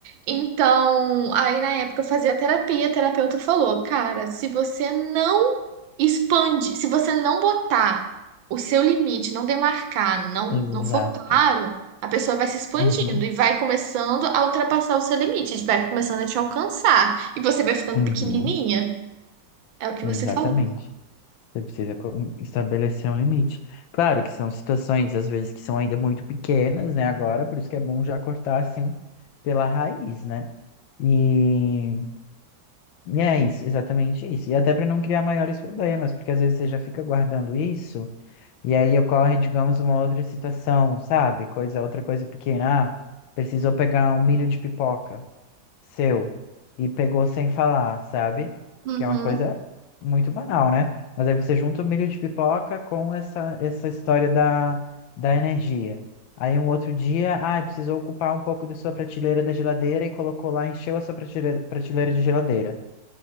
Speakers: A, on the right; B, on the left.
A: Então, aí na época eu fazia terapia, a terapeuta falou: "Cara, se você não expande, se você não botar o seu limite, não demarcar, não
B: Exato.
A: não for claro, a pessoa vai se expandindo
B: Uhum,
A: e vai começando a ultrapassar o seu limite, vai começando a te alcançar e você vai ficando
B: uhum,
A: pequenininha. É o que
B: exatamente.
A: você falou.
B: Você precisa co- estabelecer um limite. Claro que são situações, às vezes, que são ainda muito pequenas, né? Agora, por isso que é bom já cortar assim pela raiz, né? E, e é isso, exatamente isso. E até para não criar maiores problemas, porque às vezes você já fica guardando isso, e aí ocorre, digamos, uma outra situação, sabe? Coisa, outra coisa pequena. Ah, precisou pegar um milho de pipoca. seu e pegou sem falar, sabe?
A: Uhum.
B: Que é uma coisa muito banal, né? Mas aí você junta o milho de pipoca com essa, essa história da, da energia. Aí um outro dia, ah, precisou ocupar um pouco da sua prateleira da geladeira e colocou lá, encheu a sua prateleira, prateleira de geladeira,